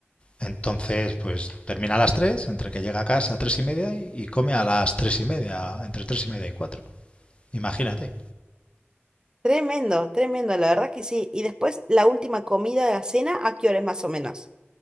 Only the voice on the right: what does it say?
Tremendo, tremendo, la verdad que sí. Y después la última comida de la cena, ¿a qué hora es más o menos?